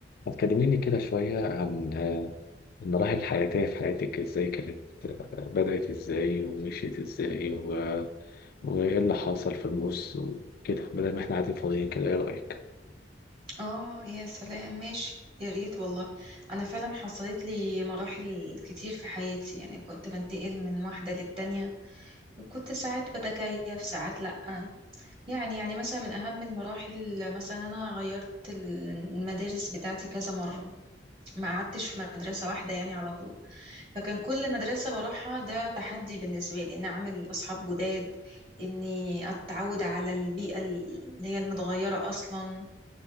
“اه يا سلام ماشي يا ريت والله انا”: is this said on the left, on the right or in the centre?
Right